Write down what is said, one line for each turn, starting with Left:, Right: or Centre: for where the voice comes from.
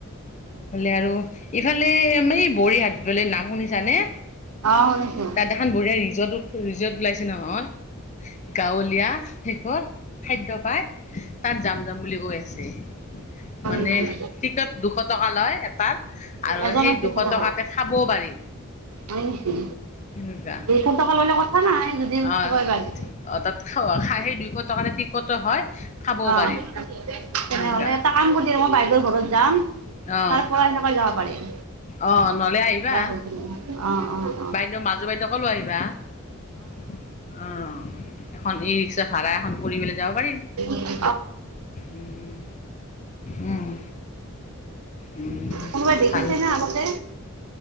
Left: ইফালে আৰু, ইফালে আমাৰ এই বৰিহাত বুলি নাম শুনিছা নে?
Right: অ', শুনিছো।
Left: তাত এখন বঢ়িয়া ৰিজৰ্ট, ৰিজৰ্ট ওলাইছে নহয়। গাঁৱলীয়া, সেইখনত খাদ্য পায়, তাত যাম যাম বুলি বেছি, মানে,
Right: নেকি?
Left: টিকট দুশ টকা লয় এটাৰ, আৰু
Right: এজনক
Left: সেই দুশ
Right: টকা
Left: টকাতে খাব পাৰি।
Right: হয় নেকি,
Left: সেনেকুৱা
Right: দুশ টকা ললি কথা নাই যদিও
Left: অ',
Right: খাবই পাৰি।
Left: অ', তাত খ সেই দুইশ টকাৰে টিকটো হ'য়, খাবও
Right: অ',
Left: পাৰি।
Right: তেনেহলে
Left: সেনেকুৱা
Right: এটা কাম কৰি, মই বাইদেউৰ ঘৰত যাম।
Left: অ',
Right: তাৰপৰা সেনেকৈ যাব পাৰিম,
Left: অ', নহ'লে আহিবা
Right: <unintelligible> অ' অ'।
Left: বাইদেউ, মাজু বাইদেউকো লৈ আহিবা, অ'। এখন ই ৰিক্সা ভাড়া এখন কৰি পেলাই যাব পাৰিম।
Right: অ', <unintelligible>
Left: উম, উম। উম,
Right: কোনোবাই দেখিছেনে
Left: ভাল
Right: আগতে?